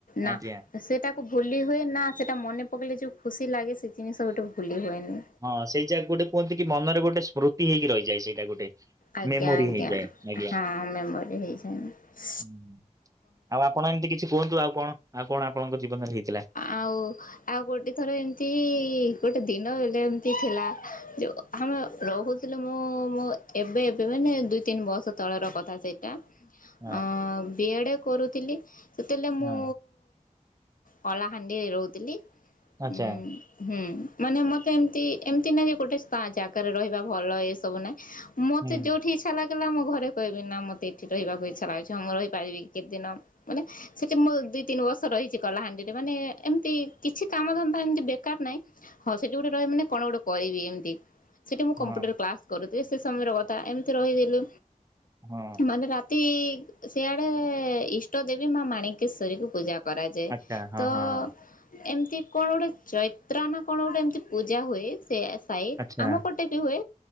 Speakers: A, on the left (about 85°); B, on the right (about 25°).
A: ନା
B: ଆଜ୍ଞା।
A: ସେଟାକୁ ଭୁଲି ହୁଏ ନା ସେଟା ମନେ ପକେଇଲେ ଯୋଉ ଖୁସି ଲାଗେ ସେ ଜିନିଷ ଗୋଟେ ଭୁଲି ହୁଏନି।
B: ହଁ ସେଇ ଯା ଗୋଟେ କୁହନ୍ତି କି ମନରେ ଗୋଟେ ସ୍ମୃତି ହେଇକି ରହିଯାଏ ସେଇଟା ଗୋଟେ।
A: ଆଜ୍ଞା
B: ମେମୋରି
A: ଆଜ୍ଞା
B: ହେଇଯାଏ ଆଜ୍ଞା।
A: ହଁ ମେମୋରି ହେଇଯାଇ
B: ହୁଁ। ଆଉ ଆପଣ ଏମିତି କିଛି କୁହନ୍ତୁ ଆଉ କଣ ଆଉ କଣ ଆପଣଙ୍କ ଜୀବନରେ ହେଇଥିଲା?
A: ଆଉ ଆଉ ଗୋଟେ ଥର ଏମିତି ଗୋଟେ ଦିନ ହେଲେ ଏମିତି ଥିଲା ଯୋଉ ଆମେ ରହୁଥିଲେ ମୁଁ ମୋ ଏବେ ଏବେ ମାନେ ଦୁଇ ତିନି ବର୍ଷ ତଳର କଥା ସେଇଟା।
B: ହଁ
A: ଅଁ ବି ଏଡ଼ କରୁଥିଲି ସେତେଲେ
B: ହଁ
A: ମୁଁ କଲାହାଣ୍ଡିରେ ରହୁଥିଲି
B: ଆଚ୍ଛା
A: ଉଁ। ହୁଁ ମାନେ ମତେ ଏମତି ଏମିତି ନାଇଁ ଯେ ଗୋଟେ ଜାଗାରେ ରହିବା ଭଲ ଏ ସବୁ ନାଇଁ। ମତେ
B: ହୁଁ
A: ଯୋଉଠି ଇଚ୍ଛା ଲାଗିଲା ମୁଁ ଘରେ କହିବି ନା ମତେ ଏଠି ରହିବାକୁ ଇଛା ଲାଗୁଛି ମୁଁ ରହି ପାରିବି କେତେ ଦିନ ମାନେ ସେଠି ମୁଁ ଦୁଇ ତିନି ବର୍ଷ ରହିଛି। କଲାହାଣ୍ଡିରେ ମାନେ ଏମିତି କିଛି କାମ ଧନ୍ତା ଏମିତି ବେକାର ନାହିଁ ହଁ ସେଠି ଗୋଟେ ରହିବ ମାନେ କଣ ଗୋଟେ କରିବି ଏମତି ସେଠି ମୁଁ
B: ହଁ
A: କମ୍ପ୍ୟୁଟର କ୍ଲାସ କରୁଥିଲି ସେ ସମୟର କଥା ଏମିତି ରହିଥିଲୁ।
B: ହଁ
A: ମାନେ ରା ତି ସିଆଡେ ଇଷ୍ଟ ଦେବୀ ମା ମାଣିକେଶ୍ଵରୀ କୁ ପୂଜା କରାଯାଏ।
B: ଆଚ୍ଛା ହଁ
A: ତ
B: ହଁ ହଁ
A: ଏମତି କଣ ଗୋଟେ ଚୈତ୍ର ନା କଣ ଗୋଟେ ଏମିତି ପୂଜା ହୁଏ ସେ ସାଇ
B: ଆଚ୍ଛା
A: ଆମ ପଟେ ବି ହୁଏ